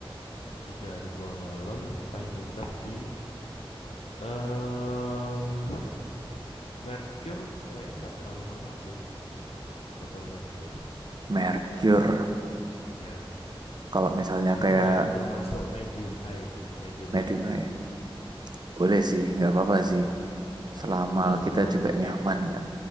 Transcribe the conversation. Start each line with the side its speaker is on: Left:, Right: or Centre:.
Left: eh, tiga hari dua malam kita nginep di em Mercure kayaknya nggak terlalu mahal sih hotel Mercure
Right: Merkur,
Left: ya
Right: Kalau misalnya
Left: cuman
Right: kayak
Left: ya termasuk medium high sih itu medium
Right: Medium
Left: high
Right: ya,
Left: end sih
Right: boleh sih, nggak apa-apa sih. Selama
Left: kalau itu
Right: kita
Left: kan
Right: juga
Left: mungkin
Right: nyaman kan.